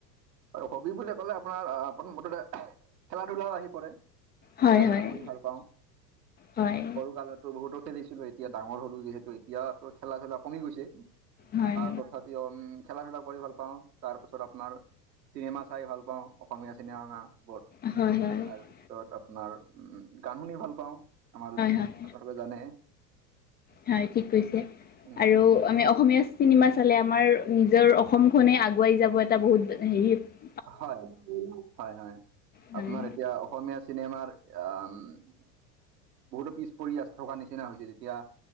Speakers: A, on the right (about 75°); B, on the left (about 20°).
A: পায়? হবি বুলি ক'লে আপোনাৰ প্ৰথমতে খেলা ধূলাও আহি পৰে।
B: হয়
A: খেলা ধূলা
B: হয়
A: কৰি ভাল পাওঁ।
B: হয়
A: সৰুকালত বহুতো খেলিছিলো এতিয়া ডাঙৰ হ'লো যিহেতু এতিয়াতো খেলা ধূলা কমি গৈছে।
B: হয় হয়
A: তথাপিতো <unintelligible> খেলা ধূলা কৰি ভাল পাওঁ তাৰপাছত আপোনাৰ চিনেমা চাই ভাল পাওঁ অসমীয়া চিনেমাবোৰ।
B: হয় হয়
A: তাৰপিছত আপোনাৰ উম গান শুনি ভাল পাওঁ আমাৰ
B: হয়
A: <unintelligible> জানে।
B: হয়, ঠিক কৈছে
A: উম
B: আৰু আমি অসমীয়া চিনেমা চালে আমাৰ নিজৰ অসমখনে আগুৱাই যাব এটা বহুত হেৰিত
A: হয়, হয়, হয়,
B: হয়
A: আপোনাৰ এতিয়া অসমীয়া চিনেমাৰ <unintelligible> বহুতো পিছ পৰি থকাৰ নিচিনা হৈছে যেতিয়া